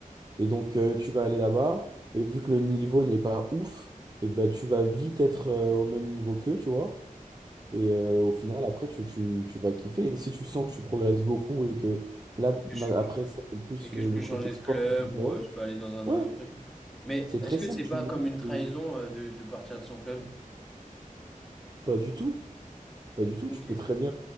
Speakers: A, on the right; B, in the centre.
A: Et donc, euh, tu vas aller là-bas. Et vu que le niveau n'est pas ouf, et ben, tu vas vite être euh, au même niveau qu'eux, tu vois. Et euh, au final, après, tu, tu, tu vas kiffer. Et si tu sens que tu progresses beaucoup et que là,
B: Que
A: ma-
B: je-
A: après, ça, c'est plus
B: Et que
A: le,
B: je peux
A: le côté
B: changer
A: sport
B: de club,
A: qui t'intéresse.
B: ou euh, je peux aller dans un
A: Ouais,
B: nouveau truc. Mais
A: c'est
B: est-ce
A: très
B: que
A: simple.
B: c'est pas
A: tu me
B: comme
A: montres
B: une trahison
A: que-
B: euh, de, de partir de son club?
A: Pas du tout. Pas du tout.
B: Ok,
A: Tu peux très bien,